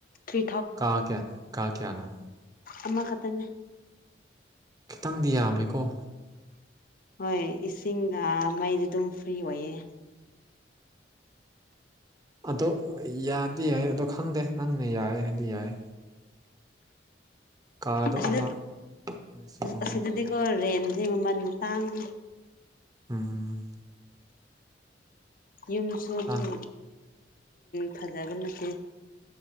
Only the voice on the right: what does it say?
ꯀꯥ ꯀꯌꯥꯅꯣ ꯀꯥ ꯀꯌꯥꯅꯣ
ꯈꯤꯇꯪꯗꯤ ꯌꯥꯝꯃꯦꯀꯣ
ꯑꯗꯣ ꯌꯥꯗꯤ ꯌꯥꯏ ꯑꯗꯣ ꯈꯪꯗꯦ ꯅꯪꯅ ꯌꯥꯏ ꯍꯥꯏꯗꯤ ꯌꯥꯏ ꯀꯥꯗꯣ
ꯑꯃ ꯂꯤꯁꯤꯡ ꯑꯍꯨꯝ
ꯎꯝ
ꯑꯥ